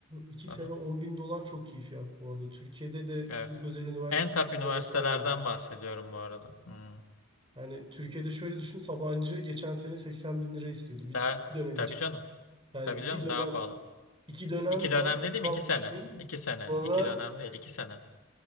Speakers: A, on the right; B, on the left.
A: İki
B: Aha,
A: sene 10 bin dolar çok iyi fiyat bu arada. Türkiye'de de
B: evet.
A: bir özel üniversiteye
B: En top üniversitelerden
A: böyle para veriyor
B: bahsediyorum bu arada. Hmm.
A: Yani Türkiye'de şöyle düşün Sabancı geçen sene 80 bin lira istiyordu bir
B: Daha,
A: bir dönem
B: tabii
A: için.
B: canım.
A: Yani
B: Tabii
A: iki
B: canım
A: dönem
B: daha pahalı.
A: iki dönem
B: İki
A: say
B: dönem dediğim
A: yüz altmış
B: iki sene.
A: bin.
B: İki sene.
A: Sonra
B: İki dönem değil iki sene.